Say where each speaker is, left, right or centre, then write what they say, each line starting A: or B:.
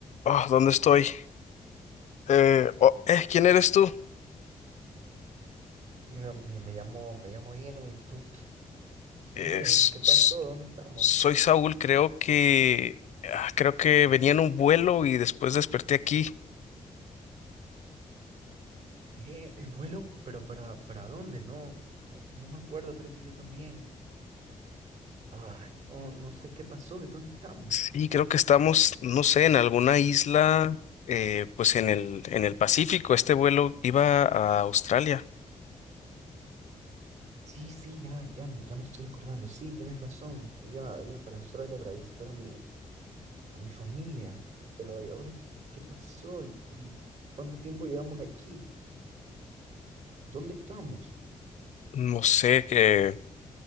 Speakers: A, on the left; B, on the right.
A: Oh, ¿dónde estoy? Eh, oh, eh, ¿quién eres tú?
B: No, Me, me llamo, me llamo Ian, ¿y tú quién
A: Eh, s-
B: eres? ¿Qué pasó?
A: s-
B: ¿Dónde estamos?
A: soy Saúl, creo que ah, creo que venía en un vuelo y después desperté aquí.
B: Eh, el vuelo, pero para, ¿para dónde? No, no, no me acuerdo, creo que yo también. Ay, no, no sé qué pasó, ¿dónde estamos?
A: Sí,
B: ¿Qué?
A: creo que estamos, no sé, en alguna isla, eh, pues en el en el Pacífico. Este vuelo iba a Australia.
B: Sí, sí, ya, ya, me- ya me estoy acordando. Sí, tienes razón. Iba, iba para Australia para visitar a mi, a mi familia. Pero ¿y ahora qué pasó? ¿Y, y cuánto tiempo llevamos aquí? ¿Dónde estamos?
A: No sé, que